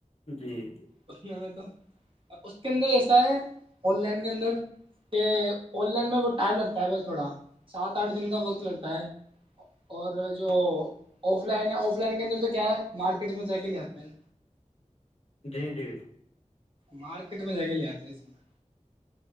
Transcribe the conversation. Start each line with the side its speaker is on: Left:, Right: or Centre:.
Left: جی
Right: انے میں تو <unintelligible> اس کے اندر ایسا ہے آن لائن کے اندر کہ آن لائن میں ٹم لگتا ہے بس <unintelligible> تھوڑا سات آٹھ دن کا وقت لگتا ہے اور جو آف لائن ہے آف لائن کے اندر تو کیا ہے مارکیٹ میں جا کے لے آتے ہیں
Left: جی جی
Right: مارکیٹ میں ج لیےیاد ج اس میں